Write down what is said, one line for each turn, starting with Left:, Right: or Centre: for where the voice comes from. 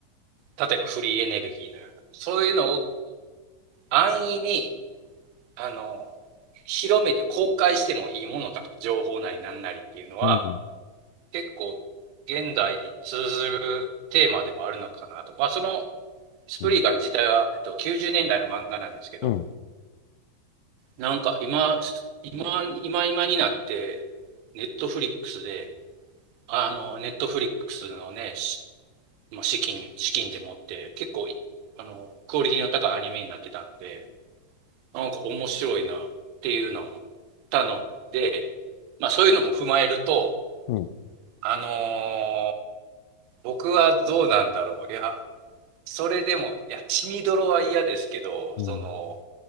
Right: ー例えばフリーエネルギーのような、そういうのを安易に、あのー広めて公開してもいいものだと、情報内なんなりっていうのは、
Left: うん。
Right: 結構現代に通ずるテーマでもあるのかなと。まあ、そのスプリーガン自体は、
Left: うん。
Right: えっと、90年代の漫画なんですけど、
Left: うん。
Right: なんか今、今、今今になって、ネットフリックスで、あの、ネットフリックスのね、しまあ、資金、資金でもって、結構あの、クオリティの高いアニメになってたんで、なんか面白いなっていうのを思ったので、まあそういうのも踏まえると、
Left: うん。
Right: あのー僕はどうなんだろう。いや、それでも、いや、血みどろは嫌ですけど、
Left: うん。
Right: その、